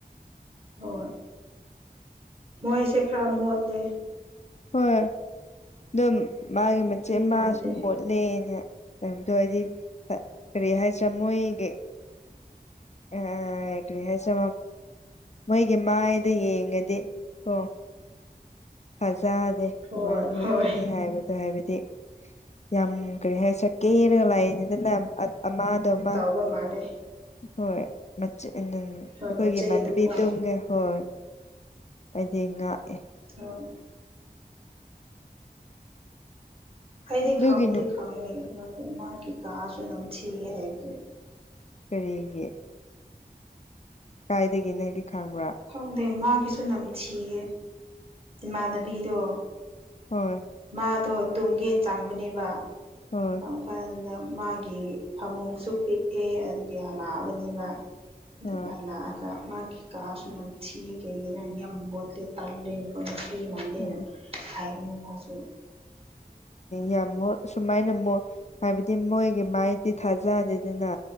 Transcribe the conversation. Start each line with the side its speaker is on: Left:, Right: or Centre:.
Right: ꯍꯣꯏ ꯃꯣꯏꯁꯦ ꯈꯔ ꯃꯣꯠꯂꯤ
Left: ꯍꯣꯏꯣꯏ ꯑꯗꯨꯝ ꯃꯥꯒꯤ
Right: ꯅꯨꯄꯤ
Left: ꯃꯆꯦꯠ ꯃꯥ
Right: ꯃꯥꯟꯗꯦ
Left: ꯁꯨꯝ ꯃꯣꯠ ꯆꯠꯂꯦꯅ ꯍꯥꯏꯕꯗꯣ ꯍꯥꯏꯗꯤ ꯀꯔꯤ ꯍꯥꯏꯗ꯭ꯔꯥ ꯃꯣꯏꯒꯤ ꯑ ꯀꯔꯤ ꯍꯥꯏꯁꯦ ꯃꯣꯏꯒꯤ ꯃꯥꯏꯗ ꯌꯦꯡꯉꯗꯤ ꯑ ꯊꯖ ꯑꯗꯨꯃꯥꯏꯅ
Right: ꯍꯣꯏ
Left: ꯃꯨꯠꯀꯅꯤ
Right: ꯍꯣꯏ
Left: ꯍꯥꯏꯕꯗꯣ ꯍꯥꯏꯕꯗꯤ ꯌꯥꯝ ꯀꯔꯤ ꯍꯥꯏ ꯀꯦꯔꯒ ꯂꯥꯛꯑꯦꯅꯤꯗꯅ ꯑꯃꯥꯗꯣ ꯑꯃ
Right: ꯕ ꯃꯥꯅꯦꯦ
Left: ꯍꯣꯏ ꯑꯩꯈꯣꯏꯒꯤ
Right: ꯍꯣꯏ ꯃꯆꯩꯗꯨꯀꯣ
Left: ꯃꯥꯟꯕꯤ ꯇꯨꯝꯒ ꯍꯣꯏ ꯑꯩꯗꯤ ꯉꯥꯛꯑꯦ
Right: ꯑꯣ ꯑꯩꯗꯤ
Left: ꯑꯗꯨꯒꯤ
Right: ꯈꯪꯕꯨꯗꯤ ꯈꯪꯉꯤ ꯃꯥꯒꯤ ꯀꯥꯁꯨ ꯅꯝꯊꯤꯒ ꯍꯥꯏꯕꯒꯤ
Left: ꯀꯔꯤꯒꯤ ꯀꯥꯏꯗꯒꯤ ꯅꯪꯗꯤ ꯈꯪꯕ꯭ꯔꯥ
Right: ꯈꯪꯗꯦ ꯃꯥꯒꯤꯁꯨ ꯅꯝꯊꯤꯌꯦ ꯏꯃꯥꯟꯅꯕꯤꯗꯣ
Left: ꯍꯣꯏ
Right: ꯃꯥꯗꯣ ꯇꯨꯝꯒꯦ ꯆꯥꯡꯕꯅꯦꯕ
Left: ꯍ
Right: ꯀꯔꯝ ꯀꯥꯟꯗ ꯃꯥꯒꯤ ꯐꯃꯨꯡꯁꯨ ꯄꯤꯛꯑꯦ ꯑꯗꯨꯗꯒꯤ ꯍꯜꯂꯛꯑꯕꯅꯤꯅ ꯑꯗꯨ
Left: ꯍꯣꯏ
Right: ꯀꯂ ꯑꯒ ꯃꯥꯒꯤ ꯀꯥꯁꯨ ꯅꯝ ꯊꯤꯒꯒꯔ ꯌꯥꯝ ꯃꯣꯠꯇꯦ ꯇꯂꯦ ꯑꯩꯈꯣꯏꯅ ꯄꯤ ꯃꯥꯟꯗꯦꯅ
Left: ꯎꯝ
Right: ꯍꯥꯏꯕꯅꯤ ꯃꯥꯁꯨ
Left: ꯌꯥꯝꯃ ꯁꯨꯃꯥꯏꯅ ꯍꯥꯏꯕꯗꯤ ꯃꯣꯏꯒꯤ ꯃꯥꯏꯗꯤ ꯊꯥꯖꯗꯦꯗꯅ